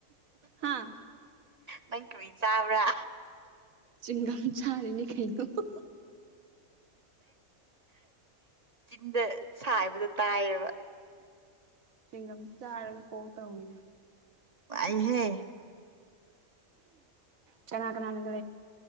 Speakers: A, on the right; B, on the right.
A: ꯍꯥꯥ
B: ꯅꯪ ꯀꯆꯥꯥꯎ꯭ꯔꯥ
A: ꯆꯤꯡꯒꯝ ꯁꯥꯔꯤꯅꯤ ꯀꯩꯅꯩꯅꯣ
B: ꯆꯤꯟꯗ ꯁꯥꯏꯕꯗ ꯇꯥꯏꯌꯦꯕ
A: ꯆꯤꯡꯒꯝ ꯆꯥꯔꯒ ꯀꯣꯛ ꯇꯧꯋꯤꯅꯦ
B: ꯏꯍꯦ
A: ꯆꯅꯥ ꯀꯅꯥꯅ